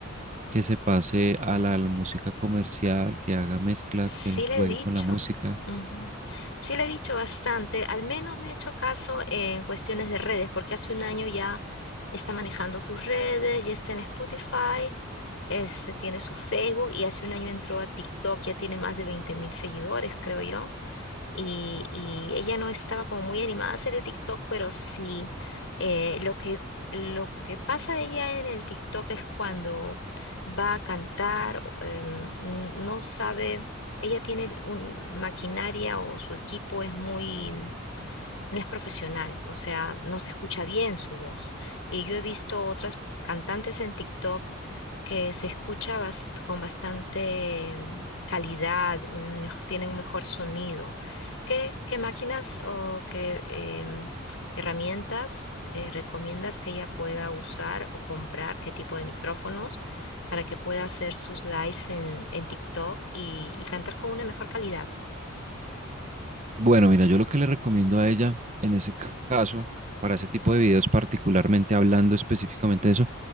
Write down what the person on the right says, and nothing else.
que se pase a la música comercial, que haga mezclas,
que juegue
con la música.
Bueno, mira, yo lo que le recomiendo a ella en ese ca- caso, para ese tipo de videos, particularmente hablando específicamente de eso,